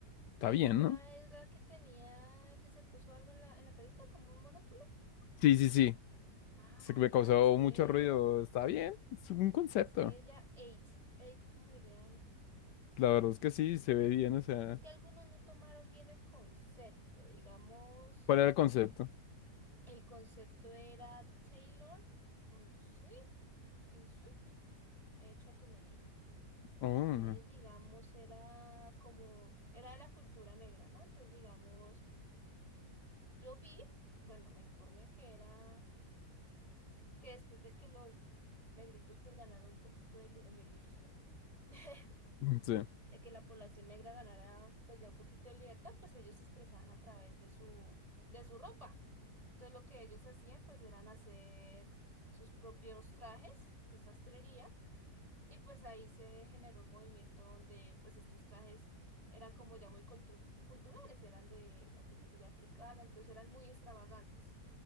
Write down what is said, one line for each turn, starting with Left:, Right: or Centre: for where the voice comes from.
Left: está
Right: Esta
Left: bien, ¿no?
Right: es la que tenía, que se puso algo en la, en la carita, como un monóculo.
Left: Sí, sí, sí.
Right: Ah,
Left: Se me
Right: ya,
Left: causó
Right: es que,
Left: mucho ruido. Está bien. Es un concepto.
Right: es que ella ate, ate como dirían.
Left: La verdad es que sí, se ve bien. O sea,
Right: Es que algunos no tomaron bien el concepto, digamos,
Left: ¿cuál era el concepto?
Right: el concepto era Taylor on suit, in suit, hecho a tu medida.
Left: Oh,
Right: Entonces, digamos, era como, era de la cultura negra, ¿no? Entonces, digamos, yo vi, bueno, me informé que era, que después de que los negritos pues ganaron un poquito de, li- eh, negritos, perdón, <laughs>
Left: sí.
Right: de que la población negra ganara pues ya un poquito de libertad, pues ellos se expresaban a través de su, de su ropa. Entonces, lo que ellos hacían pues eran hacer sus propios trajes de sastrería Y pues ahí se generó un movimiento donde pues estos trajes eran como ya muy cultu- culturales, eran de la cultura ya africana, entonces eran muy extravagantes.